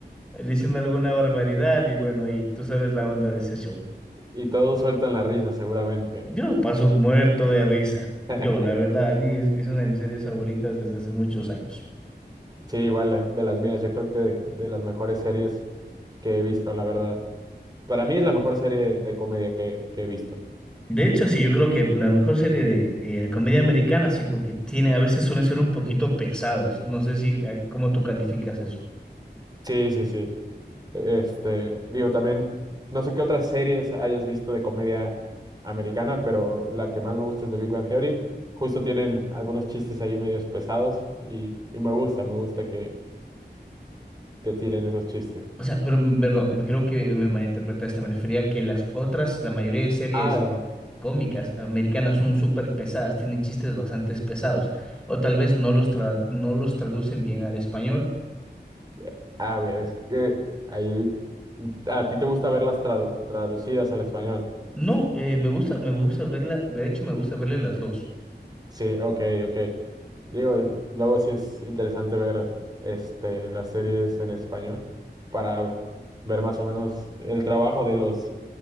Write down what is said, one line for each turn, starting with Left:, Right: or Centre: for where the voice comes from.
Centre: eh, diciendo alguna barbaridad y bueno, ahí tú sabes la onda de ese show.
Right: Y todos sueltan la risa, seguramente.
Centre: Yo paso muerto de risa.
Right: <laughs>
Centre: Yo, la verdad, a mí es, es una de mis series favoritas desde hace muchos años.
Right: Sí, igual eh, de las mías, yo creo que de, de las mejores series que he visto, la verdad. Para mí es la mejor serie de comedia que, que he visto.
Centre: De hecho, sí, yo creo que la mejor serie de, eh, de comedia americana, sí, porque tiene, a veces suelen ser un poquito pesados. No sé si, eh, cómo tú calificas eso.
Right: Sí, sí, sí. Este, digo, también, no sé qué otras series hayas visto de comedia americana, pero la que más me gusta es The Big Bang Theory. Justo tienen algunos chistes ahí medios pesados y, y me gusta, me gusta que, que tiren esos chistes.
Centre: O sea, pero, mm, perdón, me creo que me malinterpretaste. Me refería a que las otras, la mayoría de series
Right: Ah,
Centre: cómicas americanas son súper pesadas, tienen chistes bastante pesados. O tal vez no los, tra- no los traducen bien al español.
Right: ya. a ver, es que ahí, ¿a ti te gusta verlas tradu- traducidas al español?
Centre: No, eh, me gusta, me gusta verla, de hecho, me gusta verle las dos.
Right: Sí, ok, ok. Digo, luego sí es interesante ver este, las series en español para ver más o menos el trabajo de los